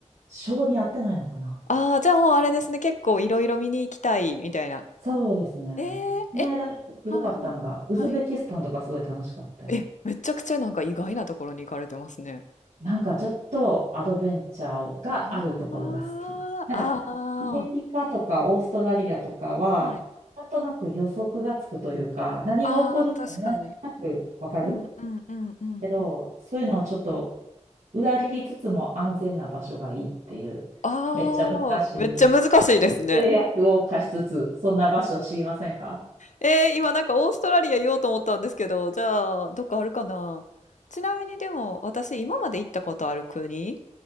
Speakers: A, on the right; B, on the left.
A: 性に合ってないのかな。
B: ああ、じゃあもうあれですね。結構いろいろ見に行きたい、みたいな。
A: そうですね。
B: えー、
A: この間行ってよかったんが、
B: え、はいはい。
A: ウズベキスタンとかすごい楽しかった。
B: はい。え、めちゃくちゃなんか意外なところに行かれてますね。
A: なんかちょっとアドベンチャーがあるところが好き。
B: ああ、
A: なんかアメリカとかオーストラリアとかは、
B: ああ、はい。
A: なんとなく予測がつくというか、何が起こるかなんとなくわかる
B: ああ、確かに。うんうんうんうん
A: けど、そういうのをちょっと裏切りつつも安全な場所がいいっていう、
B: ああ、
A: めっちゃ難しい
B: めっちゃ難しいですね。
A: 制約を課しつつ、そんな場所を知りませんか
B: えー、今なんかオーストラリア言おうと思ったんですけど、じゃあ、どっかあるかな。ちなみにでも、私今まで行ったことある国